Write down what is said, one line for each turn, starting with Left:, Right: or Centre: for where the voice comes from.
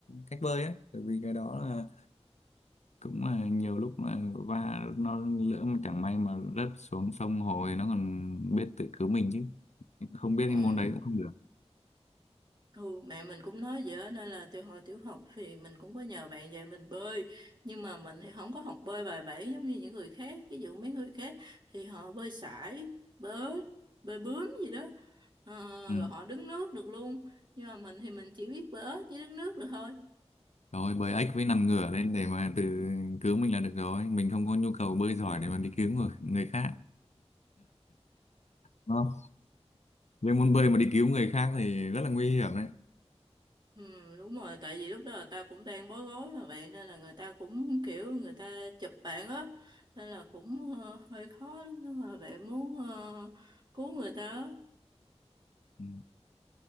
Left: cách bơi á bởi vì cái đó là cũng là nhiều lúc là va nó lỡ mà chẳng may mà rớt xuống sông hồ thì nó còn biết tự cứu mình chứ không biết
Right: ừ.
Left: cái môn đấy cũng không được
Right: Ừ, mẹ mình cũng nói vậy á, nên là từ hồi tiểu học thì mình cũng có nhờ bạn dạy mình bơi nhưng mà mình thì không có học bơi bài bản giống như những người khác ví dụ mấy người khác thì họ bơi sải bơi bơi bướm gì đó Ờ,
Left: ừ.
Right: rồi họ đứng nước được luôn nhưng mà mình thì mình chỉ biết bơi ếch với đứng nước được thôi
Left: rồi bơi ếch với nằm ngửa lên để mà tự cứu mình là được rồi mình không có nhu cầu bơi giỏi để mà đi cứu người, người khác đúng không nhưng môn bơi mà đi cứu người khác thì rất là nguy hiểm đấy
Right: ừ, đúng rồi tại vì lúc đó là ta cũng đang bối rối mà bạn nên là người ta cũng kiểu người ta chụp bạn á nên là cũng ờ, hơi khó lúc đó mà bạn muốn ờ, cứu người ta á.
Left: Ừ.